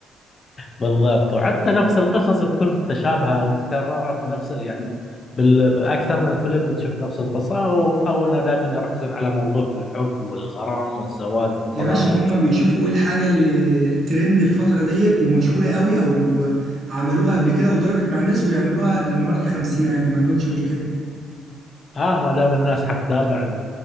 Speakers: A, on the left; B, on the right.
A: بالضبط وحتى نفس القصص تكون متشابهه او متكرره في نفس يعني بالاكثر من فيلم بتشوف نفس القصه او او انه دائما يركزون على موضوع الحب والغرام والزواج والطلاق
B: يا باشا هما
A: و...
B: بيشوفوا ايه الحاجة اللي ترند الفترة ديت ومشهورة قوي او عملوها قبل كده وضربت مع الناس ويعملوها للمرة الخمسين عادي ما عندهمش مشكلة
A: اه ما دام الناس حتتابع